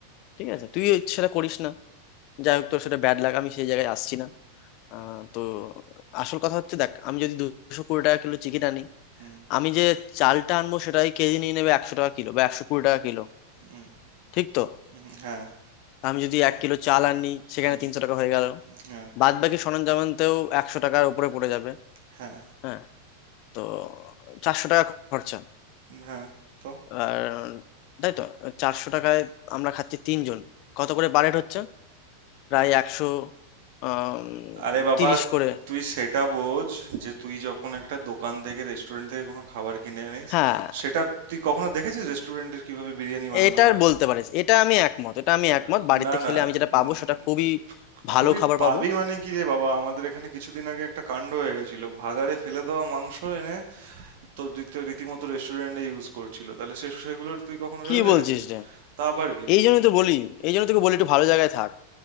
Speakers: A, on the left (about 40°); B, on the right (about 50°).
A: ঠিক আছে তুই সেটা করিস না যাই হোক তোর সেটা ব্যাড লাগ আমি সেই জায়গায় আসছি না আহ, তো আসল কথা হচ্ছে দেখ আমি যদি দুশো কুড়ি টাকা কিলো চিকেন আনি
B: হুম
A: আমি যে চালটা আনবো সেটাই কেজি নিয়ে নেবে একশো টাকা কিলো বা একশো কুড়ি টাকা কিলো
B: হুম
A: ঠিক তো
B: হুম, হ্যাঁ
A: আমি যদি এক কিলো চাল আনি সেখানে
B: হুম
A: তিনশো টাকা হয়ে গেল
B: হ্যাঁ
A: বাদ বাকি সরঞ্জামানতেও একশো টাকার উপরে পড়ে যাবে
B: হ্যাঁ
A: হ্যাঁ তো চারশো টাকা খরচা
B: হ্যাঁ তো
A: আর তাই তো চারশো টাকায় আমরা খাচ্ছি তিনজন কত করে বারেট হচ্ছে প্রায় একশো আহ
B: আরে বাবা
A: তিরিশ করে
B: তুই সেটা বোঝ যে তুই যখন একটা দোকান থেকে রেস্টুরেন্ট থেকে কোনো খাবার কিনে আনিস
A: হ্যাঁ
B: সেটা তুই কখনো দেখেছিস রেস্টুরেন্টের কিভাবে বিরিয়ানি বানানো
A: এটার
B: হয়
A: বলতে পারিস এটা আমি একমত এটা আমি
B: আহ,
A: একমত বাড়িতে
B: না না
A: খেলে আমি যেটা
B: উম,
A: পাবো সেটা খুবই ভালো
B: খুবই
A: খাবার
B: পাবি
A: পাবো
B: মানে কি রে বাবা আমাদের এখানে কিছুদিন আগে একটা কাণ্ড হয়ে গেছিল ভাগাড়ে ফেলে দেওয়া মাংস এনে তো দিতে রীতিমতো রেস্টুরেন্টে ইউজ করছিল তাহলে সে সেগুলোর তুই কখনো
A: কি
B: ভেবে দেখেছিস
A: বলছিস রে
B: তা আবার কি
A: এই জন্যই তো বলি এই জন্য তোকে বলি একটু ভালো জায়গায় থাক